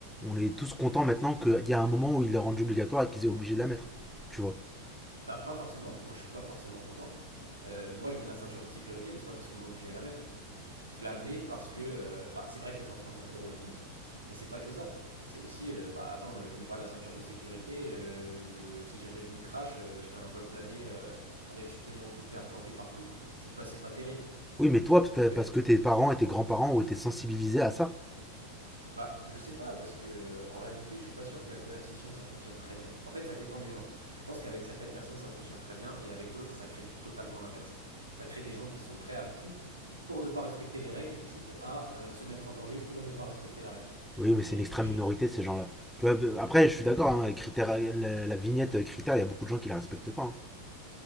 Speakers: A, in the centre; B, on the right.
A: on est tous contents maintenant qu'il y a un moment où ils la rendent obligatoire et qu'ils soient obligés de la mettre. Tu vois.
B: Bah, pas forcément. Moi, je suis pas forcément content. Euh, moi, je mets la ceinture de sécurité, mais c'est pas parce qu'on m'oblige à la mettre. Je la mets parce que, euh, bah, c'est vrai que les 135 euros, ils piquent, mais c'est pas que ça. C'est aussi, euh, bah, attends, euh, je mets pas la ceinture de sécurité. euh, je, si jamais je me crache, euh, je fais un vol plané euh, avec supplément bout de verre planté partout. C'est pas, c'est pas terrible.
A: Oui, mais toi,
B: Euh, donc,
A: peut-être
B: euh,
A: parce que tes parents et tes grands-parents ont été sensibilisés à ça.
B: Bah, je sais pas, parce que en réalité, je suis pas sûr que la coercition, ça fonctionne très bien. En fait, ça dépend des gens. Je pense qu'avec certaines personnes, ça fonctionne très bien, et avec d'autres, ça crée totalement l'inverse. Ça crée des gens qui sont prêts à tout pour ne pas respecter les règles, quitte à euh, se mettre en danger pour ne pas respecter la règle.
A: Oui, mais
B: Et,
A: c'est une extrême
B: et je
A: minorité,
B: trouve
A: ces gens-là. Tu vois, euh, après, je suis d'accord, hein, les critères- la, la vignette euh, critère, il y a beaucoup de gens qui la respectent pas. hein.